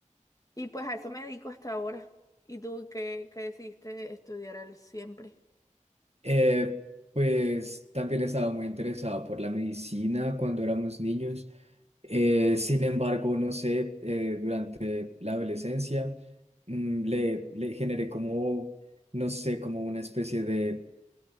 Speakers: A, on the left; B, on the right.
A: Y pues a eso me dedico hasta ahora. ¿Y tú qué, qué decidiste estudiar al siempre?
B: Eh, pues también estaba muy interesado por la medicina cuando éramos niños. Eh, sin embargo, no sé, eh, durante la adolescencia mm, le, le generé como, no sé, como una especie de